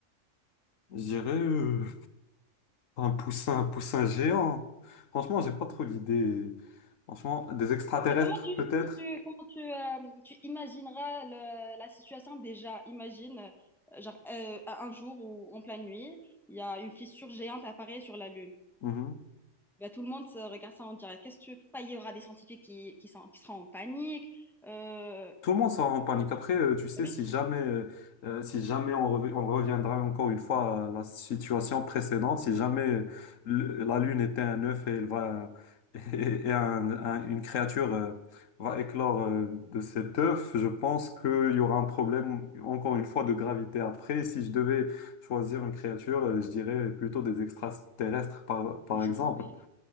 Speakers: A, on the left (about 80°); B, in the centre.
A: je dirais euh, un poussin, un poussin géant. Franchement, j'ai pas trop d'idées. Franchement, des extraterrestres
B: Comment tu,
A: peut-être.
B: comment tu, comment tu, euh, tu imagineras le- la situation déjà? Imagine, euh, genre, euh, un jour ou en pleine nuit, il y a une fissure géante apparaît sur la Lune.
A: Mhm.
B: Ben, tout le monde se regarde ça en direct. Qu'est-ce que tu... Pas il y aura des scientifiques qui, qui, sont- qui seront en panique. Euh,
A: Tout le monde sera en panique. Après, euh, tu sais,
B: Oui,
A: si jamais, euh, euh, si jamais on, rev- on reviendra encore une fois à la situation précédente, si jamais euh, le- la Lune était un œuf et elle va <laughs> et, et un- un- une créature euh, va éclore euh, de cet œuf, je pense qu'il y aura un problème encore une fois de gravité. Après, si je devais choisir une créature, euh, je dirais plutôt des extraterrestres, par, par
B: <laughs>
A: exemple.
B: oui.